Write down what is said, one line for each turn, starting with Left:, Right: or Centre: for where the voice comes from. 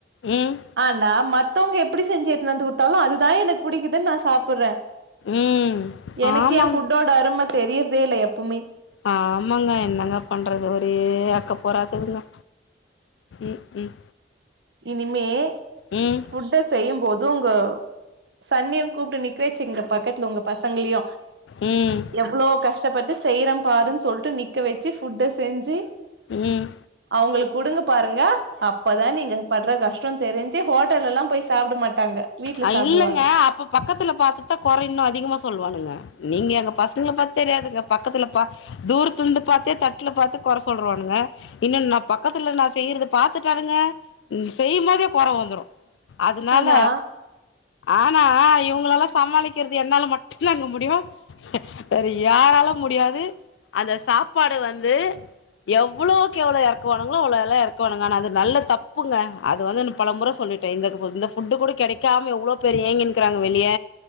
Left: ம்
Right: ஆனா மத்தவங்க எப்படி செஞ்சு எத்துன்னு வந்துக்குத்தாலு அதுதா எனக்கு பிடிக்குதுன்னு நா சாப்பாற
Left: ம்
Right: எனக்கு
Left: ஆமாங்
Right: என் ஃபுட்டோட அரும தெரியறதே இல்ல எப்பவுமே
Left: ஆமாங்க என்னங்க பண்றது ஒரே அக்க போறாக்குதுங்க ம் ம்
Right: இனிமே
Left: ம்
Right: ஃபுட்ட செய்யும் போது உங்க சன்னியு கூப்பிட்டு நிக்க வேச்சிங்க பக்கத்துல உங்க பசங்களையு
Left: ம்
Right: எவ்ளோ கஷ்டப்பட்டு செய்யற பாருன்னு சொல்லிட்டு நிக்க வச்சு ஃபுட்ட செஞ்சு
Left: ம்
Right: அவங்களுக்கு குடுங்க பாருங்க அப்பதா நீங்க பட்ற கஷ்டம் தெரிஞ்சு ஹோட்டல்ல எல்லா போய் சாப்ட மாட்டாங்க வீட்ல
Left: அ
Right: சாப்டுவாங்க
Left: இல்லைங்க அப்ப பக்கத்துல பார்த்ததா குறை இன்னு அதிகமா சொல்லுவானுங்க நீங்க எங்க பசங்க பத் தெரியாதுங்க பக்கத்துல பா தூரத்துலருந்து பாத்தே தட்டுல பாத்து குறை சொல்றவனுங்க இன்னு நா பக்கத்துல நா செய்யறது பாத்துட்டானுங்க செய்யு போதே கொர வந்துடு அதுனால
Right: ஆனா
Left: ஆனா இவுங்களல்லா சமாளிக்கிறது என்னால மட்டுந்தாங்க முடியு வேற யாராலும் முடியாது அந்த சாப்பாடு வந்து எவ்வளோக்கு எவ்வளோ எறக்குவானுங்களோ அவ்ளோ எல்லா எறக்குவானுங்க நல்ல தப்புங்க அது வந்து பல முறை சொல்லிட் ட்ட இந்த இப்ப இந்த ஃபுட்டு கூட கெடைக்காம எவ்ளோ பேர் ஏங்கினுக்றாங்க வெளிய